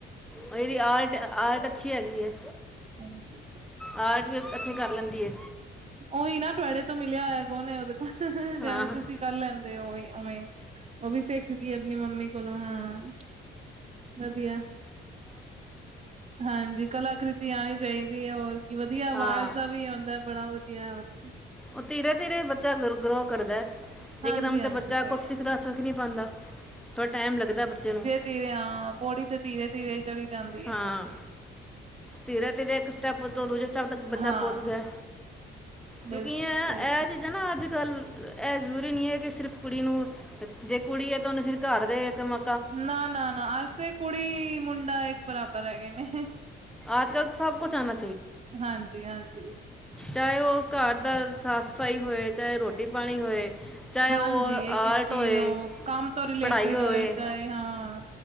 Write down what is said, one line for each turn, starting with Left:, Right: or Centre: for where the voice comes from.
Centre: ਔਰ ਏਹਦੀ ਆਰਟ-ਆਰਟ ਅੱਛੀ ਹੈਗੀ ਏ।
Right: ਹਾਂਜੀ।
Centre: ਆਰਟ ਵੀ ਅੱਛੀ ਕਰ ਲੈਂਦੀ ਏ।
Right: ਓਈ ਨਾ ਤੁਵੈਡੇ ਤੋਂ ਮਿਲਿਆ ਹੋਇਆ ਗੋਨ ਏ ਉਹਦੇ ਕੋਲ,
Centre: ਹਾਂ
Right: ਜੈਵੇਂ ਤੁਸੀਂ ਕਰ ਲੈਂਦੇ ਔ ਓਵੀ ਓਵੇਂ। ਓਵੀ ਸਿੱਖ ਗਈ ਏ ਅਪਣੀ ਮੰਮੀ ਕੋਲੋਂ ਹਾਂ। ਵਧੀਆ ਐ ਹਾਂਜੀ ਕਲਾਕ੍ਰਿਤੀਆਂ ਆਣੀ ਚਾਈਦੀ ਏ ਹੋਰ ਕੀ, ਵਧੀਆ ਐ ਅਵਾਜ਼
Centre: ਹਾਂ
Right: ਦਾ ਵੀ ਹੁੰਦਾਂ ਬੜਾ ਵਧੀਐ, ਹੋਰ ਕੀ।
Centre: ਓ ਧੀਰੇ-ਧੀਰੇ ਬੱਚਾ ਗ ਗਰੋ ਕਰਦਾ ਐ।
Right: ਹਾਂਜੀ-ਹਾਂਜੀ
Centre: ਇਕਦਮ ਤੇ ਬੱਚਾ
Right: ਸਹੀ
Centre: ਕੁਛ
Right: ਗੱਲ
Centre: ਸਿੱਖਦਾ ਸੁਖ ਨੀ ਪਾੰਦਾ। ਥੋੜ੍ਹਾ ਟੈਮ ਲੱਗਦਾ ਐ ਬੱਚੇ ਨੂੰ।
Right: ਧੀਰੇ ਆ ਪੌੜੀ ਤੇ ਧੀਰੇ-ਧੀਰੇ ਈ ਚੜੀ ਜਾਂਦੀ
Centre: ਹਾਂ
Right: ਏ।
Centre: ਧੀਰੇ ਤੀਰੇ ਏਕ ਸਟੈਪ ਤੋਂ ਦੂਜੇ ਸਟੈਪ ਤੱਕ ਬੱਚਾ
Right: ਹਾਂ
Centre: ਪਹੁੰਚਦਾ ਐ। ਕਿਉਂਕਿ
Right: ਬਿਲਕੁਲ
Centre: ਯੈਂ
Right: ਸਹੀ
Centre: ਐਹ
Right: ਗੱਲ
Centre: ਚੀਜ਼ਾਂ ਨਾ ਅੱਜ-ਕੱਲ੍ਹ ਐ ਜ਼ਰੂਰੀ ਨੀ ਐ ਕਿ ਸਿਰਫ਼ ਕੁੜੀ ਨੂੰ ਤੇ ਜੇ ਕੁੜੀ ਏ ਤੇ ਓਨੂੰ ਸਿਰ ਘਰ ਦੇ ਕਮਾ
Right: ਨਾ-ਨਾ-ਨਾ ਅਜ ਤੇ ਕੁੜੀ ਮੁੰਡਾ ਏਕ ਬਰਾਬਰ ਹੈਗੇ ਨੇ।
Centre: ਅੱਜ ਕੱਲ੍ਹ ਤਾਂ ਸਭ ਕੁਛ ਆਉਣਾ
Right: ਹਾਂਜੀ-ਹਾਂਜੀ।
Centre: ਚਾਏ ਓਹ ਘਰ ਦਾ ਸਾਫ਼-ਸਫ਼ਾਈ ਹੋਏ ਚਾਏ ਰੋਟੀ-ਪਾਣੀ ਹੋਏ। ਚਾਏ
Right: ਹਾਂਜੀ
Centre: ਓਹ
Right: ਇੱਕ-ਇੱਕ
Centre: ਆਰਟ
Right: ਚੀਜ਼
Centre: ਹੋਏ।
Right: ਉਹ ਕੰਮ ਤੋਂ ਰਿਲੇਟਿਡ
Centre: ਪੜ੍ਹਾਈ ਹੋਵੇ
Right: ਹੋਏ ਚਾਏ ਹਾਂ।